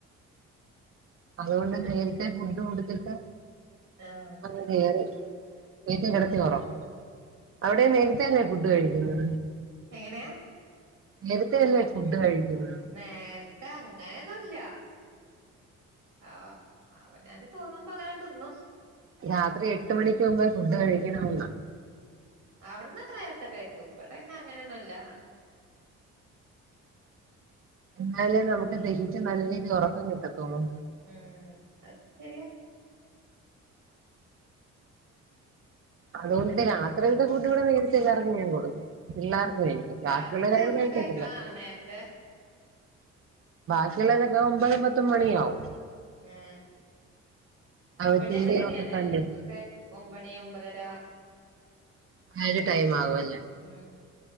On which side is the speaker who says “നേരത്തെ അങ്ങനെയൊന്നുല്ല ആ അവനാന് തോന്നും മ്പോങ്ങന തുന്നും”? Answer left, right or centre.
Right